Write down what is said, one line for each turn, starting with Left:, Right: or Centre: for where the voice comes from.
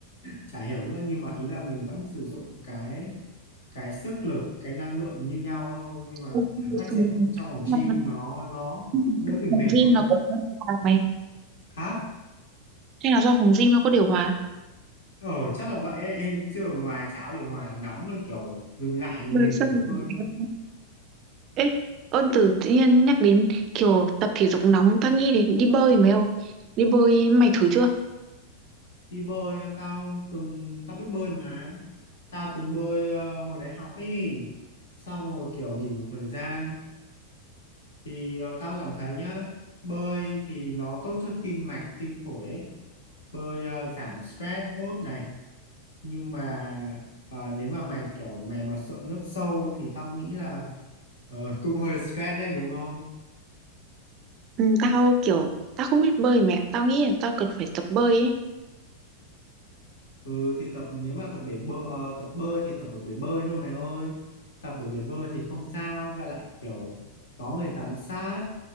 Left: chả hiểu nữa nhưng mà ý là mình vẫn sử dụng cái cái sức lực cái năng lượng như nhau thôi nhưng mà
Right: Ừ,
Left: cảm giác
Right: xong
Left: chạy phòng- trong phòng
Right: rồi.
Left: gym nó nó
Right: Ừm,
Left: đỡ bị mệt
Right: phòng gym
Left: hơn
Right: nó có điều hòa mày?
Left: hả
Right: Hay là do phòng gym nó có điều hòa?
Left: Ờ chắc là vậy <laughs> ấy. Chứ ở ngoài cháo thì hòa nóng là kiểu dừng lại thì
Right: Ừ,
Left: mệt
Right: sao
Left: nghỉ
Right: mình
Left: thôi
Right: không biết? Ê, ơn từ tự nhiên nhắc đến kiểu tập thể dục nóng tao nghĩ đến đi bơi mày ơi đi bơi mày thử chưa
Left: đi bơi ờ, tao từng tao biết bơi mà tao từng bơi ờ, hồi đại học ấy xong rồi kiểu nghỉ một thời gian thì ờ, tao cảm thấy nhá bơi thì nó tốt cho tim mạch tim phổi ấy bơi ờ, giảm stress tốt này nhưng mà ờ, nếu mà mày kiểu mày mà sợ nước sâu thì tao nghĩ là ờ, <laughs> cũng hơi stress đấy đúng không
Right: ừ, tao kiểu tao không biết bơi mẹ tao nghĩ là tao cần phải tập bơi ấy
Left: Ừ thì tập nếu mà tập bể bơi ờ, tập bơi thì tập ở bể bơi thôi mày ơi. Tập ở bể bơi thì không sao và lại kiểu có người giám sát